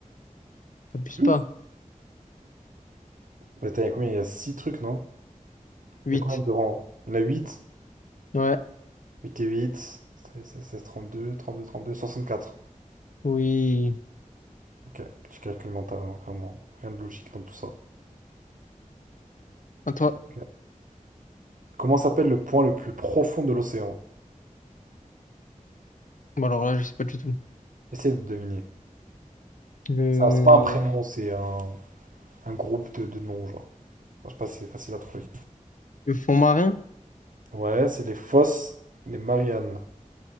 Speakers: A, on the left (about 70°); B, on the right (about 70°).
A: Abuse
B: Plus?
A: pas.
B: Attends, il y a combien? Il y a 6 trucs, non?
A: Huit.
B: Il y a combien de rangs? Il y en a 8.
A: Ouais,
B: 8 et 8, 16, 32, 32, 32, 64.
A: oui.
B: Ok, petit calcul mental, hein, vraiment. Rien de logique dans tout ça.
A: À toi.
B: Ok. Comment s'appelle le point le plus profond de l'océan?
A: Bon, alors là, je sais pas du tout.
B: Essaye de deviner.
A: Le,
B: Ça, c'est pas un prénom, c'est un, un groupe de, de noms, genre. Enfin, je sais pas si c'est facile à trouver.
A: le fond marin?
B: Ouais, c'est les fosses des Mariannes.